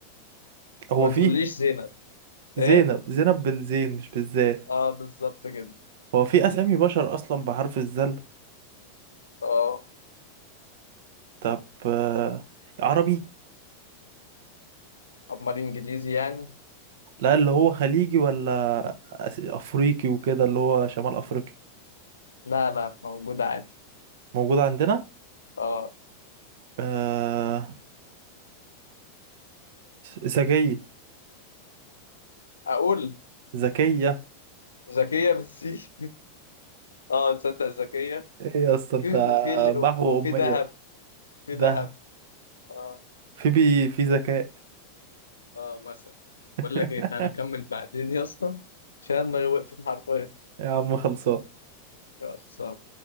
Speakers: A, on the right (about 55°); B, on the left (about 75°).
A: هو
B: ما
A: في
B: تقوليش زينب
A: زينب
B: ايه
A: زينب بالزين مش بالذال
B: اه بالظبط كده
A: هو في أسامي بشر أصلا بحرف الذال
B: اه
A: طب آه عربي
B: امال انجليزي يعني
A: لا اللي هو خليجي ولا أس- أفريقي وكده اللي هو شمال أفريقيا
B: لا لا موجود عادي
A: موجود عندنا
B: اه
A: آه ذكية
B: اقول
A: ذكية
B: ذكيه بالسي <laughs> اه تصدق ذكيه
A: ايه يا اسطى انت
B: في وفي ال-
A: محو
B: وفي
A: أمية
B: ذهب في
A: ده
B: ذهب اه
A: في بي في ذكاء
B: اه مثلا
A: <laughs>
B: بقول لك ايه تعالى نكمل بعدين يا اسطى عشان دماغي وقفت حرفيا
A: يا عم خلصان
B: يلا، سلام.